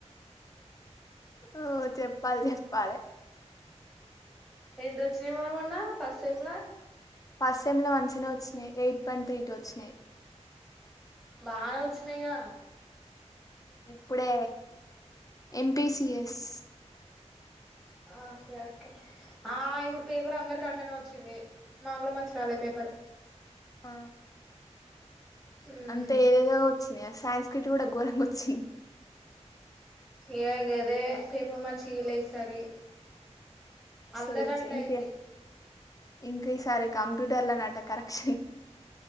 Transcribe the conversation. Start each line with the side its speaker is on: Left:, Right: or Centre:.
Left: ఉ చెప్పాలే చెప్పాలే
Centre: ఎంత వచ్చినా మరి మొన్న ఫస్ట్ సేమ్ లా
Left: ఫస్ సెమ్ లా మంచిగానే వచ్చినాయి ఎయిట్ పాయింట్ త్రీ టు వచ్చినాయి
Centre: బానే వచ్చినాయి గా
Left: ఇప్పుడే ఎంపిసిఎస్
Centre: ఓకే ఓకే ఆ ఇప్పుడు పేపర్ అందరికి అట్లనే వచ్చింది మాకూడా మంచిగా రాలేదు పేపర్
Left: ఆ
Centre: మ్మ్
Left: అంటె ఏవొవో వచ్చినయ ఆ సాంస్క్రిట్ కూడా ఘోరంగా వచ్చింది
Centre: ఏ గదే పేపర్ మంచిగా ఇయలే ఈసారి అందరు
Left: సో ఇట్స్
Centre: అట్ల
Left: ఇంకే
Centre: అయింది
Left: ఇంక ఈసారి కంప్యూటర్లో నట కరెక్షన్